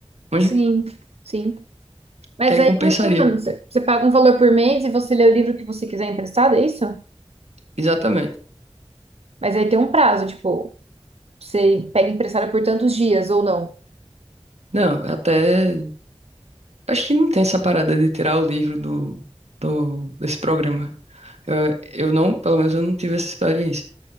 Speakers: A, on the right (about 85°); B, on the right (about 70°).
A: Mas
B: Sim, sim. Mas
A: que aí
B: aí,
A: compensaria.
B: como funciona? Você, você paga um valor por mês e você lê o livro que você quiser emprestado, é isso?
A: Exatamente.
B: Mas aí tem um prazo, tipo, você pega emprestado por tantos dias ou não.
A: Não, até. Acho que não tem essa parada de tirar o livro do, do, desse programa. Eu, eu não, pelo menos eu não tive essa experiência.